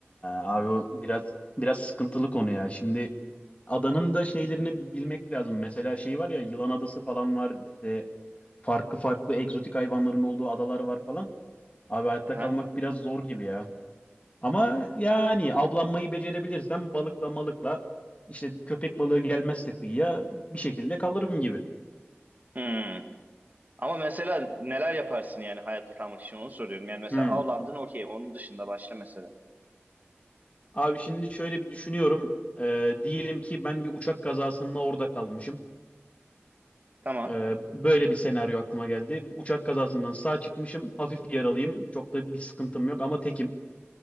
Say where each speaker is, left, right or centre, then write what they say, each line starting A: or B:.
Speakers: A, on the left (about 30°); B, on the right (about 40°).
A: abi o biraz biraz sıkıntılı konu ya. Şimdi adanın da şeylerini bilmek lazım. Mesela şey var ya Yılan Adası falan var. İşte farklı farklı egzotik hayvanların olduğu adalar var falan. Abi hayatta
B: Aha.
A: kalmak biraz zor gibi ya. Ama yani avlanmayı becerebilirsem balıkla malıkla işte köpek balığı gelmezse kıyıya bir şekilde kalırım gibi.
B: Hmm. Ama mesela neler yaparsın yani hayatta kalmak için onu soruyorum. Yani mesela
A: Hmm.
B: avlandın okey onun dışında başla mesela.
A: Abi şimdi şöyle bir düşünüyorum. Ee, diyelim ki ben bir uçak kazasında orada kalmışım.
B: Tamam.
A: Ee, böyle bir senaryo aklıma geldi. Uçak kazasından sağ çıkmışım. Hafif yaralıyım. Çok da bir sıkıntım yok ama tekim.